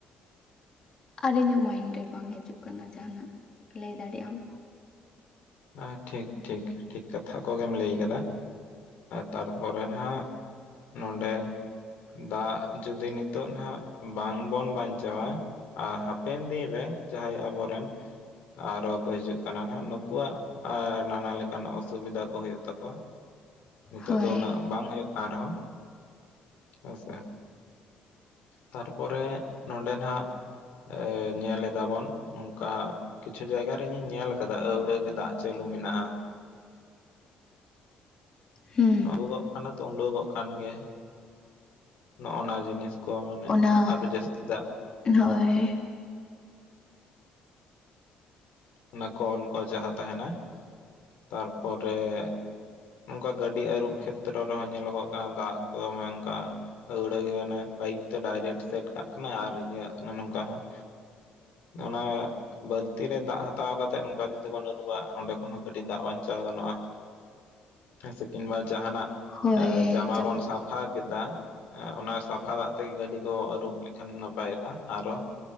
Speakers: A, on the left (about 30°); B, on the left (about 70°).
A: ᱟᱨ ᱤᱧᱟᱹᱜ ᱢᱟᱭᱤᱱᱰ ᱨᱮ ᱵᱟᱝ ᱦᱤᱡᱩᱜ ᱠᱟᱱᱟ ᱡᱟᱦᱟᱱᱟᱜ ᱞᱟᱹᱭ ᱫᱟᱲᱮᱭᱟᱜ ᱟᱢ
B: ᱦᱮᱸ ᱴᱷᱤᱠ ᱴᱷᱤᱠ ᱴᱷᱤᱠ ᱠᱟᱛᱷᱟ ᱠᱚᱜᱮᱢ ᱞᱟᱹᱭ ᱠᱟᱫᱟ ᱛᱟᱨᱯᱚᱨᱮ ᱦᱟᱸᱜ ᱱᱚᱰᱮ ᱫᱟᱜ ᱡᱩᱫᱤ ᱱᱤᱛᱚᱜ ᱱᱟᱦᱟᱜ ᱵᱟᱝᱵᱚᱱ ᱵᱟᱧᱪᱟᱣᱟ ᱦᱟᱯᱮᱱ ᱫᱤᱱ ᱨᱮ ᱡᱟᱦᱟᱸᱭ ᱟᱵᱚᱨᱮᱱ ᱟᱨᱚ ᱠᱚ ᱦᱤᱡᱩᱜ ᱠᱟᱱᱟ ᱱᱟᱦᱟᱜ ᱱᱩᱠᱩᱣᱟᱜ ᱱᱟᱱᱟ ᱞᱮᱠᱟᱱ ᱚᱥᱩᱵᱤᱫᱷᱟ ᱠᱚ ᱦᱩᱭᱩᱜ ᱛᱟᱠᱚᱣᱟ ᱱᱤᱛᱚᱜ
A: ᱦᱳᱭ
B: ᱫᱚ ᱩᱱᱟᱹᱜ ᱵᱟᱝ ᱦᱩᱭᱩᱜ ᱠᱟᱱ ᱨᱮᱦᱚᱸ ᱦᱮᱸ ᱥᱮ ᱛᱟᱨ ᱯᱚᱨᱮ ᱱᱚᱸᱰᱮ ᱱᱟᱦᱟᱜ ᱮᱭ ᱧᱮᱞ ᱮᱫᱟ ᱵᱚᱱ ᱱᱚᱝᱠᱟ ᱠᱤᱪᱷᱩ ᱡᱟᱭᱜᱟ ᱨᱮ ᱤᱧ ᱧᱮᱞ ᱠᱟᱫᱟ ᱟᱹᱣᱲᱟᱹ ᱜᱮ ᱫᱟᱜ ᱪᱟᱹᱞᱩ ᱢᱮᱱᱟᱜᱼᱟ
A: ᱦᱩᱸ
B: ᱱᱚᱰᱩᱜᱚᱜ ᱠᱟᱱᱟ ᱛᱚ ᱩᱰᱩᱜᱚᱜ ᱠᱟᱱ ᱜᱮᱭᱟ ᱱᱚᱜᱼᱱᱟ ᱡᱤᱱᱤᱥ ᱠᱚ ᱢᱟᱱᱮ
A: ᱚᱱᱟ
B: ᱟᱨ ᱡᱟᱹᱥᱛᱤ ᱫᱟᱜ
A: ᱦᱳᱭ
B: ᱚᱱᱟ ᱠᱚᱞ ᱠᱚ ᱡᱟᱦᱟᱸ ᱛᱟᱦᱮᱱᱟ ᱛᱟᱨᱯᱚᱨᱮ ᱱᱚᱝᱠᱟ ᱜᱟᱹᱰᱤ ᱟᱹᱨᱩᱵ ᱠᱷᱮᱛᱨᱚ ᱨᱮᱦᱚᱸ ᱧᱮᱞᱚᱜᱚᱜ ᱠᱟᱱᱟ ᱫᱟᱜ ᱠᱚ ᱫᱚᱢᱮ ᱚᱝᱠᱟ ᱟᱹᱣᱲᱟ ᱜᱮ ᱚᱱᱮ ᱯᱟᱭᱤᱯ ᱛᱮ ᱰᱟᱭᱨᱮᱠᱴ ᱥᱮᱴ ᱠᱟᱜ ᱠᱟᱱᱟ ᱟᱨ ᱤᱭᱟᱹ ᱢᱟᱱᱮ ᱱᱚᱝᱠᱟ ᱦᱚᱸ ᱚᱱᱟ ᱵᱟᱹᱞᱛᱤ ᱨᱮ ᱫᱟᱜ ᱦᱟ ᱛᱟᱣ ᱠᱟᱛᱮ ᱱᱚᱝᱠᱟ ᱡᱩᱫᱤ ᱵᱚᱱ ᱟᱹᱨᱩᱵᱟ ᱚᱸᱰᱮ ᱠᱷᱚᱱ ᱦᱚᱸ ᱠᱟᱹᱴᱤᱡ ᱫᱟᱜ ᱵᱟᱧᱪᱟᱣ ᱜᱟᱱᱚᱜᱼᱟ ᱥᱮ ᱠᱤᱱᱵᱟ ᱡᱟᱦᱱᱟᱜ
A: ᱦᱳᱭ
B: ᱡᱟᱢᱟ
A: ᱡᱮᱢᱚᱱ
B: ᱵᱚᱱ ᱥᱟᱯᱷᱟ ᱠᱮᱫᱟ ᱚᱱᱟ ᱥᱟᱯᱷᱟ ᱫᱟᱜ ᱛᱮᱜᱮ ᱜᱟᱹᱰᱤ ᱠᱚ ᱟᱹᱨᱩᱵ ᱞᱮᱠᱷᱟᱱ ᱱᱟᱯᱟᱭᱚᱜᱼᱟ ᱟᱨᱚ